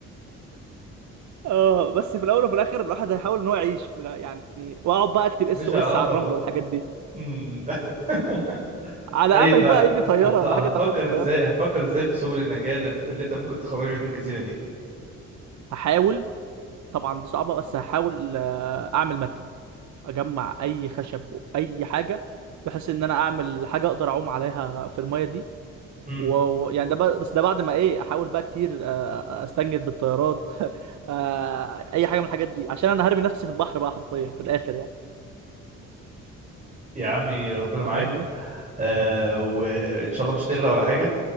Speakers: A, on the right; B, on the right.
A: اه بس في الأول وفي الآخر الواحد هيحاول إن هو يعيش في ال- يعني وأقعد بقى
B: <laughs>
A: أكتب اس
B: مش
A: او
B: هقاطع
A: اس على الرمل
B: بقى
A: والحاجات دي
B: أمم. <laughs>
A: على
B: طيب
A: أمل
B: بقى،
A: بقى يجي طيارة
B: هت- هتفكر
A: ولا حاجة تاخدني
B: ازاي
A: فاهم
B: هتفكر ازاي في سبل النجاة اللي اللي انت ممكن تخرجك من الجزيره دي
A: هحاول طبعا دي صعبة بس هحاول آه، أعمل مركب أجمع أي خشب وأي حاجة بحيث إن أنا أعمل حاجة أقدر أعوم عليها في المية دي
B: أمم.
A: و... و- يعني ده بقى... بس ده بعد ما إيه أحاول بقى كتير آه، آه، أستنجد بالطيارات <laughs> آه، أي حاجة من الحاجات دي عشان أنا هرمي نفسي في البحر بقى حرفيا في الآخر يعني
B: يا عمي ربنا معاك
A: أنت فاهمني؟
B: آه وان شاء الله مش هتغرق ولا حاجه